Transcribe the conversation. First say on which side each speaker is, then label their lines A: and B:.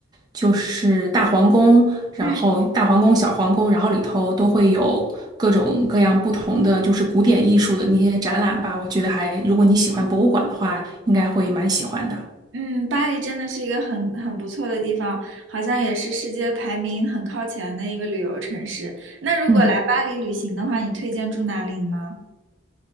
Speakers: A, on the right; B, on the right.
A: 就是大皇宫，然后大皇宫、
B: 嗯
A: 小皇宫，然后里头都会有各种各样不同的就是古典艺术的那些展览吧。我觉得还，如果你喜欢博物馆的话，应该会蛮喜欢的。
B: 嗯，巴黎真的是一个很很不错的地方，好像也是世界排名很靠前的一个旅游城市。那如果来巴黎旅行的话，
A: 嗯。
B: 你推荐住哪里呢？